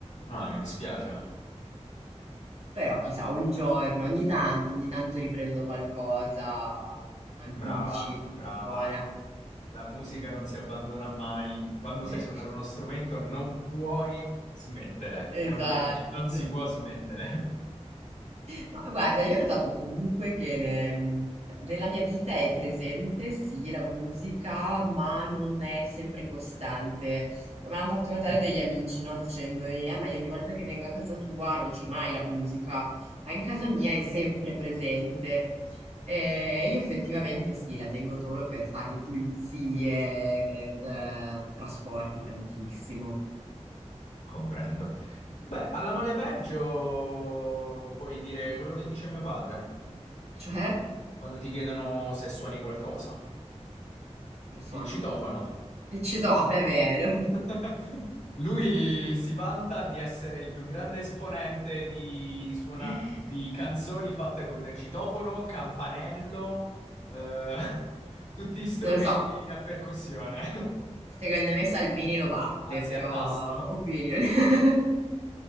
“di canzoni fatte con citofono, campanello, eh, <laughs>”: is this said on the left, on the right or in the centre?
Left